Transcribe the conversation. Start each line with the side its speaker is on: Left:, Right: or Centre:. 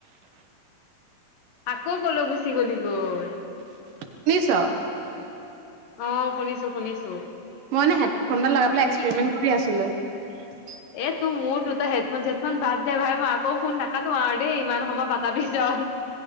Left: আকৌ কলৈ গুচি গলি গৈ?
Right: শুনিছ?
Left: অ', শুনিছো শুনিছো
Right: মই এনে হেডফোনডাল লগাই পেলাই এক্সেৰিমেন্ট
Left: কি
Right: কৰি আছিলো। হে
Left: এ' তোৰ মোৰতো তই হেডফোন চেডফোন খন বাদ দে ভাই মই আকৌ ফোন নাকাতো আৰু দেই, ইমান সময় পাতা পিছত